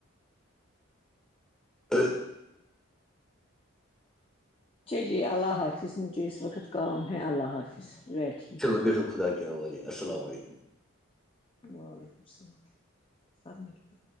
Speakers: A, in the centre; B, on the left.
A: ا ہ
B: <unintelligible>
A: چلو بیٹو خدا کے حوالے السلام علیکم
B: وعلیکم السلام سبمٹ کر